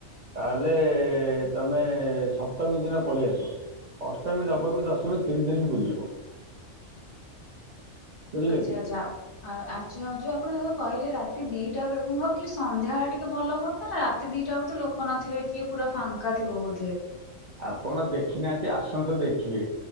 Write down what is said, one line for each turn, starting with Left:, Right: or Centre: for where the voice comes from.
Right: ତାହେଲେ ତମେ ସପ୍ତମୀ ଦିନ ପଳେଇ ଆସ ଅଷ୍ଟମୀ ନବମୀ ଦଶମୀ ତିନି ଦିନ ବୁଲିବ। ବୁଝିଲେ
Left: ଆଚ୍ଛା
Right: କି
Left: ଆଚ୍ଛା ଆ ଆଚ୍ଛା ଯୋଉ ଆପଣ ଏବେ କହିଲେ ରାତି ଦିଟା ବେଳୁକୁ ମୁଁ ଭାବିଲି ସନ୍ଧ୍ୟାଏଳେ ଟିକେ ଭଲ ହୁଅନ୍ତା ନାଁ ରାତି ଦିଟା ଅଳୁକୁ ତ ଲୋକ ନଥିବେ କିଏ ପୁରା ଫାଙ୍କା ଥିବ ବୋଧେ।
Right: ଆପଣ ଦେଖିନାହାନ୍ତି ଆସନ୍ତୁ ଦେଖିବେ